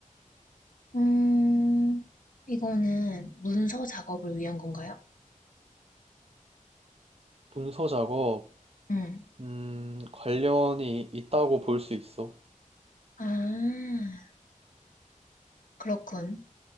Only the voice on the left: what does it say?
음, 이거는 문서 작업을 위한 건가요?
응.
아, 그렇군.